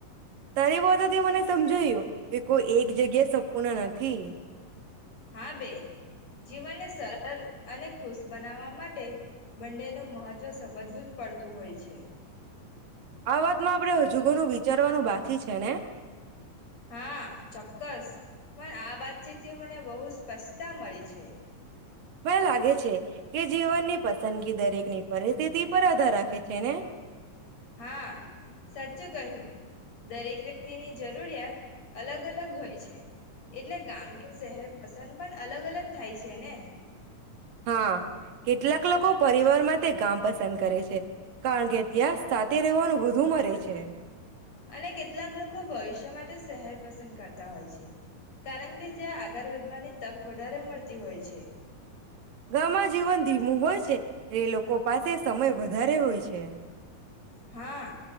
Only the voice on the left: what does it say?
હા બેન જીવનને સરળ અને ખુશ બનાવવા માટે બંનેનું મહજવ સમજવું જ પડતું હોય છે.
હા ચોક્કસ પણ આ વાતચીતથી મને બહુ સ્પષ્ટતા મળી છે.
હા સાચું કહ્યું દરેક વ્યક્તિની જ જરૂરિયાત અલગ અલગ હોય છે એટલે ગામ કે શહેર પસંદ પણ અલગ અલગ થાય છે ને.
અને કેટલાક લોકો ભવિષ્ય માટે શહેર પસંદ કર તા હોય છે કારણ કે ત્યાં આગર વધવાની તક વધારે મરતી હોય છે.
હા